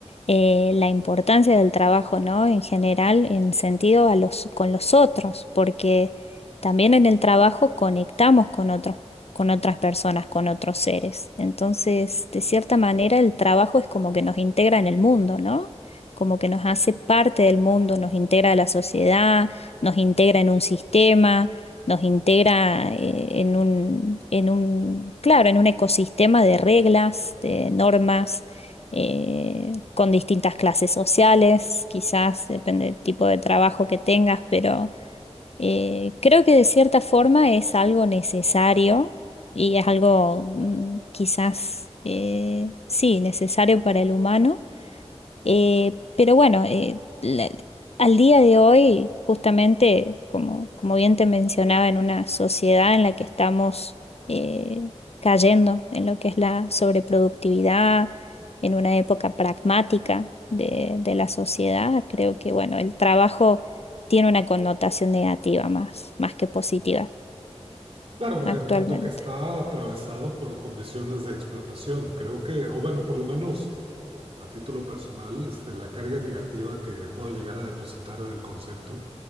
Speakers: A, on the left; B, on the right.
A: eh, la importancia del trabajo, ¿no? En general, en sentido a los, con los otros, porque también en el trabajo conectamos con otros, con otras personas, con otros seres. Entonces, de cierta manera, el trabajo es como que nos integra en el mundo, ¿no? Como que nos hace parte del mundo, nos integra a la sociedad, nos integra en un sistema nos integra eh, en un, en un, claro, en un ecosistema de reglas, de normas, eh, con distintas clases sociales, quizás depende del tipo de trabajo que tengas, pero eh, creo que de cierta forma es algo necesario y es algo mm, quizás, eh, sí, necesario para el humano eh, pero bueno, eh, la- al día de hoy, justamente, como, como bien te mencionaba, en una sociedad en la que estamos eh, cayendo en lo que es la sobreproductividad, en una época pragmática de, de la sociedad, creo que bueno, el trabajo tiene una connotación negativa más, más que positiva
B: Claro,
A: actualmente.
B: en tanto que está atravesado por condiciones de explotación, creo que, o bueno, por lo menos a título personal, este, la carga negativa que puedo llegar a depositar en el concepto,